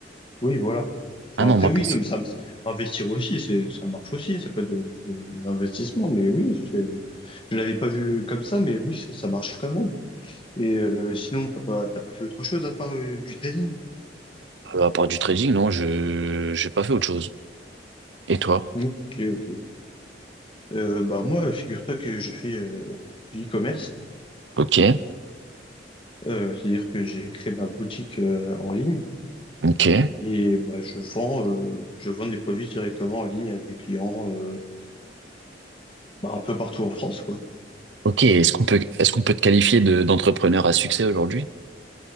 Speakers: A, on the left (about 30°); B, on the right (about 80°).
A: Oui, voilà. Enfin,
B: Ah non,
A: après,
B: moi
A: oui,
B: perso-
A: non, mais ça, investir aussi, c'est, ça marche aussi. Ça peut être de, de l'investissement, mais oui, c'est, je l'avais pas vu comme ça, mais oui, ça, ça marche quand même. Et euh, sinon, t'as pas, t'as pas fait autre chose à part euh, du trading?
B: euh, à part du trading, non, je j'ai pas fait autre chose. Et toi?
A: Ok, ok. Euh, bah moi, figure-toi que je fais euh, du e-commerce,
B: Ok,
A: Euh, c'est-à-dire que j'ai créé ma boutique euh, en ligne
B: ok.
A: et bah, je vends, euh, je vends des produits directement en ligne à des clients euh, bah, un peu partout en France, quoi.
B: Ok, est-ce qu'on peut, est-ce qu'on peut te qualifier de, d'entrepreneur à succès aujourd'hui?